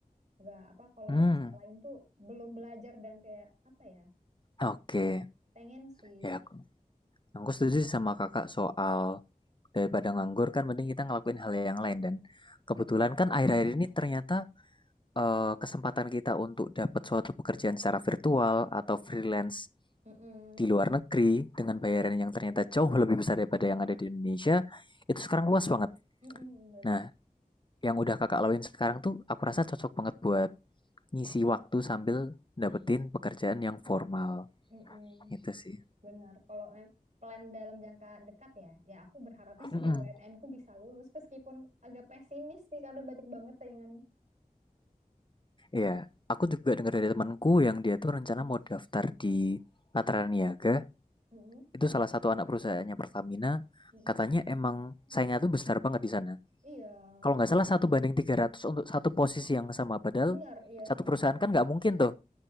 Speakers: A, on the right; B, on the left.
A: Gak apa kalau
B: Hmm.
A: bahasa lain tuh belum belajar dan kayak apa ya?
B: Oke.
A: Pengen sih.
B: Ya aku, aku setuju sih sama kakak soal daripada nganggur kan mending kita ngelakuin hal yang lain dan kebetulan
A: Iya.
B: kan akhir-akhir ini ternyata eh, kesempatan kita untuk dapat suatu pekerjaan secara virtual atau freelance
A: Mm-mm.
B: di luar negeri dengan bayaran yang ternyata jauh lebih besar daripada
A: Iya.
B: yang ada di Indonesia, itu sekarang luas banget.
A: Mm-mm, bener.
B: Nah, yang udah kakak lakuin sekarang tuh aku rasa cocok banget buat ngisi waktu sambil dapetin pekerjaan yang formal.
A: Mm-mm.
B: Itu sih.
A: Benar, kalau mem- plan dalam jangka dekat ya, ya aku berharapnya sih
B: mm
A: BUMN ku bisa lulus meskipun agak pesimis sih karena banyak banget tayangan.
B: Iya, aku juga dengar dari temanku yang dia tuh rencana mau daftar di Patraniaga. Niaga.
A: Mm-mm,
B: Itu salah satu anak perusahaannya Pertamina.
A: mm-mm.
B: Katanya emang saingnya tuh besar banget di sana.
A: Iya,
B: Kalau
A: mm-mm.
B: nggak salah satu banding 300 untuk satu posisi yang sama. Padahal
A: Benar, iya
B: satu
A: segitu.
B: perusahaan kan nggak mungkin tuh